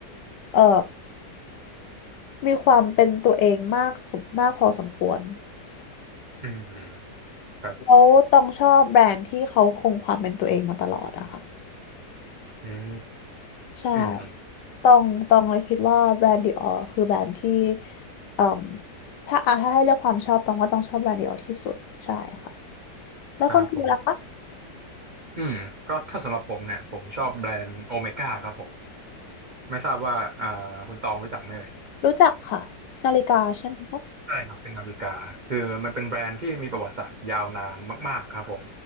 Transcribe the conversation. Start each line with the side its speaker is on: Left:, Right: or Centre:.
Left: เอ่อมีความเป็นตัวเองมากสมมากพอสมควร
Right: อืมอืมครับ
Left: แล้วต้องชอบแบรนด์ที่เขาคงความเป็นตัวเองมาตลอดอะค่ะ
Right: อืม
Left: ใช่
Right: อืมอืม
Left: ต้องต้องเลยคิดว่าแบรนด์ดิออคือแบรนด์ที่เอ่มถ้าอ่ะถ้าให้เลือกความชอบต้องว่าต้องชอบแบรนด์ดิออที่สุดใช่ค่ะแล้วคนคือล่ะคะ
Right: ครับผมอืมก็ถ้าสำหรับผมเนี่ยผมชอบแบรนด์โอเมก้าครับผมไม่ทราบว่าอ่าคุณตองรู้จักไหมเอ่ย
Left: รู้จักค่ะนาฬิกาใช่ไหมคะ
Right: ใช่ครับเป็นนาฬิกาคือมันเป็นแบรนด์ที่มีประวัติศาสตร์ยาวนานมากๆครับผม